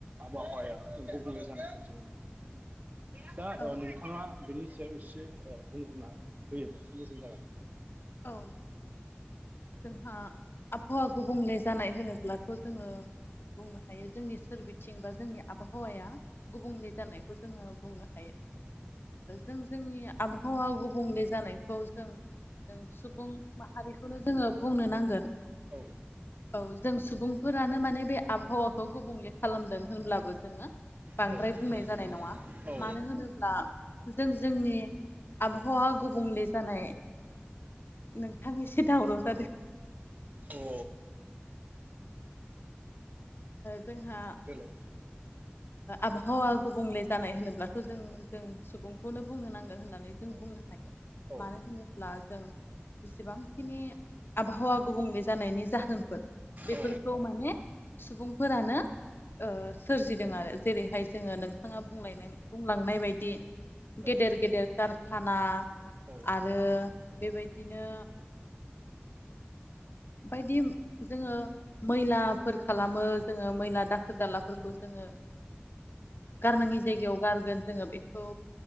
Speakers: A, on the right; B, on the left.
A: आबहावाया गुबुंले जानायखौ जों नुनो मोनदों। दा ओ
B: औ
A: नोंथाङा बेनि सायाव एसे बुंग्रोनना होयोब्ला एसे मोजां जागोन।
B: औ। जोंहा आबहावा गुबुंले जानाय होनोब्लाथ' जोङो बुंनो हायो। जोंनि सोरबिथिं बा जोंनि आबहावाया गुबुंले जानायखौ जोङो बुंनो हायो। जों जोंनि आबहावा गुबुंले जानायखौ जों जों सुबुं माहारिखौनो जोङो बुंनो नांगोन।
A: औ।
B: औ जों सुबुंफोरानो माने बे आबहावाखौ गुबुंले खालामदों होनब्लाबो जोङो। बांद्राय
A: नंगौ
B: बुंनाय जानाय नङा
A: औ
B: मानो होनोब्ला। जों जोंनि आबहावा गुबुंले जानाय। नोंथां एसे दावराव जादों।
A: औ
B: जोंहा
A: बि दलै।
B: आबहावा गुबुंले जानाय होनोब्लाथ' जों जों सुबुंखौनो बुंनो नांगोन होननानै जों
A: औ
B: बुंनो हायो
A: औ
B: मानो होनो। ब्ला जों एसेबांखिनि आबहावा गुबुंले जानायनि जाहोनफोर। बेफोरखौ
A: औ
B: माने सुबुंफोरानो सोरजिदों आरो जेरैहाय जोङो नोंथाङा बुंलाय बुंलांनाय बायदि। गेदेर
A: औ
B: गेदेर कारखाना
A: औ
B: आरो
A: औ
B: बेबायदिनो। बायदि जोङो मैला खालामो जोङो मैला दाखोर दालाफोरखौ जोङो। गारनाङि जायगायाव गारगोन जोङो बेखौ